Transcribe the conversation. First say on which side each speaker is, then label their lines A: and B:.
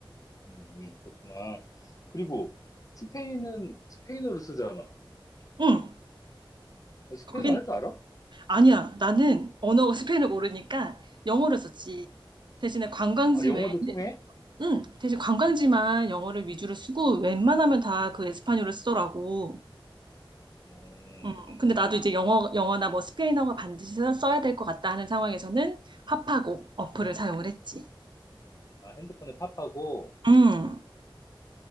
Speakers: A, on the left (about 40°); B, on the right (about 60°).
A: 음, 음, 그렇구나. 그리고 스페인은 스페인어를 쓰잖아.
B: 음.
A: 어, 스페인어
B: 거긴
A: 할 줄 알아?
B: 아니야. 나는 언어 스페인을 <laughs> 모르니까 영어를 썼지. 대신에 관광지
A: 아, 영어도
B: 외에는
A: 통해?
B: 응, 대신 관광지만 영어를 위주로 쓰고 웬만하면 다 그 에스파뇰을 쓰더라고.
A: 음,
B: 음, 근데 나도 이제 영어, 영어나 뭐 스페인어가 반드시 써- 써야 될 것 같다 하는 상황에서는 파파고 어플을
A: 음.
B: 사용을 했지.
A: 아, 핸드폰에 팝하고
B: 음,